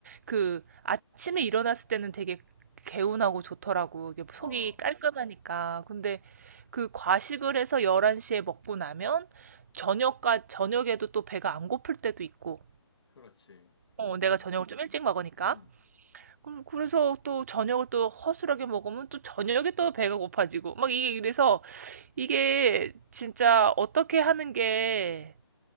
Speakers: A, on the right (about 35°); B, on the left (about 65°).
A: 그 아침에 일어났을 때는 되게 개운하고 좋더라고. 이게
B: 어,
A: 속이 깔끔하니까. 근데 그 과식을 해서 11시에 먹고 나면 저녁까, 저녁에도 또 배가 안 고플 때도 있고.
B: 그렇지.
A: 어,
B: 음,
A: 내가 저녁을 좀 일찍 먹으니까.
B: 음,
A: 그럼 그래서 또 저녁을 또 허술하게 먹으면 또 저녁에 또 배가 고파지고. 막 이게 그래서 이게 진짜 어떻게 하는 게